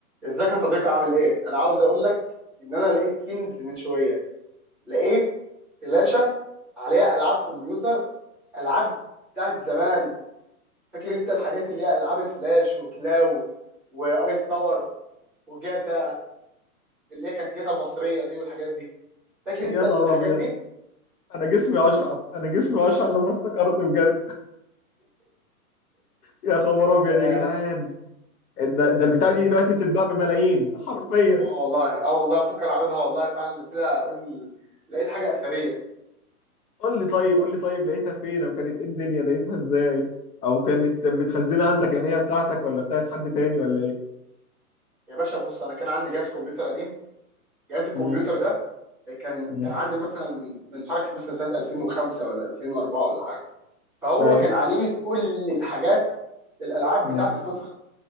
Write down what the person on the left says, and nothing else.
يا
نهار ابيض
انا جسمي اشعر انا جسمي اشعر لما افتكرت بجد يا خبر ابيض
يا جدعان ده ده البتاع دي دلوقتي تتباع بملايين حرفيا
قول لي طيب قول لي طيب لقيتها فين او كانت ايه الدنيا لقيتها ازاي او كانت
متخزنه عندك يعني هي بتاعتك ولا بتاعت حد تاني ولا ايه
امم
امم
ايوه
امم